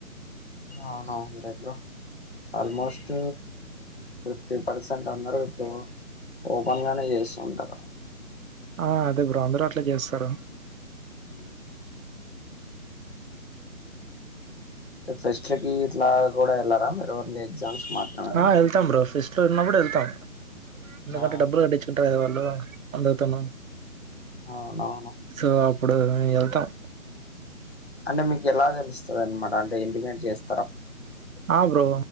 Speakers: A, on the left; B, on the right.
A: అవునవులే బ్రో ఆల్మోస్ట్ ఫిఫ్టీ పర్సెంట్ అన్నారు ఇప్పుడు ఓపెన్ గానే చేస్తుంటారు
B: ఆ అదే బ్రో అందరూ అట్లా చేస్తారు
A: ఊ ఫెస్ట్ లకి ఇట్లా కూడా వెళ్లారా మీరు అన్ని ఎగ్జామ్స్ మాత్రమేనా
B: ఆ వెళ్తాం బ్రో ఫిస్ట్ లో ఉన్నప్పుడు వెళ్తాం ఎందుకంటే
A: ఆ
B: డబ్బులు కట్టించు కుంటరు కదా వాళ్ళు అందరితోను
A: అవునవును
B: సో అప్పుడు వెళ్తాం
A: అంటే మీకు ఎలా తెలుస్తది అనమాట అంటే ఇంటిమేట్ చేస్
B: ఆ బ్రో